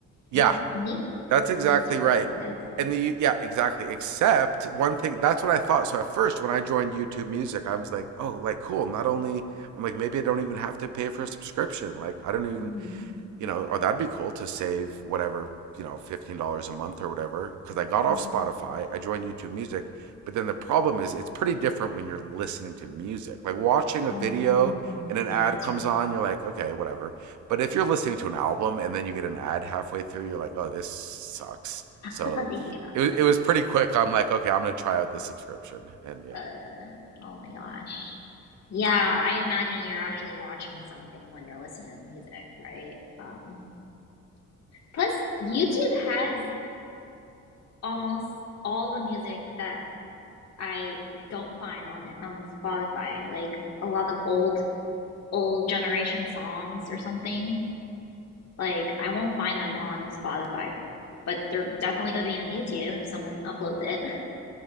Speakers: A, on the right; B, on the left.
A: yeah.
B: yeah, you need
A: That's exactly
B: YouTube
A: right.
B: has the good stuff.
A: And the yeah, exactly. Except one thing, that's what I thought. So at first, when I joined YouTube Music, I was like, oh, like cool. Not only I'm like maybe I don't even have to pay for a subscription. Like I don't even
B: hmm
A: you know, or that'd be cool to save whatever, you know, $15 a month or whatever. Cause I got
B: Yeah.
A: off Spotify, I joined YouTube Music. But then the problem is it's pretty different when you're listening to music. Like watching a
B: Um.
A: video and an
B: Yeah,
A: ad
B: that's
A: comes
B: right.
A: on, you're like, okay, whatever. But if you're listening to an album and then you get an ad halfway through, you're like, oh, this sucks. So
B: <laughs> yeah.
A: it, it was pretty quick. I'm like, okay, I'm going to try out this subscription. And yeah.
B: Uh, oh my gosh. Yeah, I imagine you're actually watching something when you're listening to the music, right? Um, plus YouTube has almost all the music that I don't find on it on Spotify, like a lot of old old generation songs or something. Like I won't find them on Spotify, but they're definitely gonna be on YouTube if someone uploads it. <laughs>